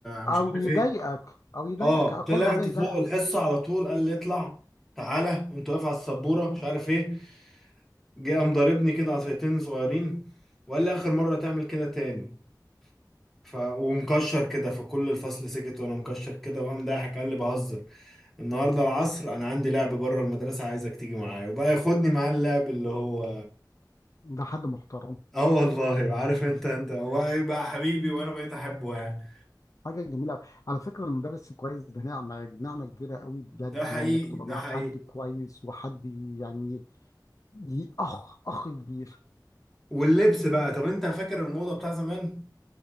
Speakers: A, in the centre; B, on the left.
A: مش
B: أو
A: عارف
B: يضايقك
A: ايه
B: أو يضايقك
A: اه
B: أقل
A: طلعت
B: حاجة يضايقك
A: فوق الحصة على طول قال لي اطلع تعالى وانت واقف على السبورة مش عارف ايه جه قام ضاربني كده عصايتين صغيرين وقال لي اخر مرة تعمل كده تاني ف... ومكشر كده فكل الفصل سكت وانا مكشر كده وقام ضاحك قال لي بهزر النهارده العصر انا عندي لعب بره المدرسه عايزك تيجي معايا وبقى ياخدني معاه اللعب اللي هو
B: ده حد محترم
A: اه والله عارف انت انت هو ايه بقى يبقى حبيبي وانا بقيت احبه يعني
B: حاجة جميلة على فكرة المدرس الكويس ده نعمة نعمة كبيرة قوي بجد
A: ده حقيقي
B: إنك تبقى
A: ده
B: مع
A: حقيقي
B: حد كويس وحد يعني ي- أخ أخ كبير
A: واللبس بقى طب انت فاكر الموضه بتاع زمان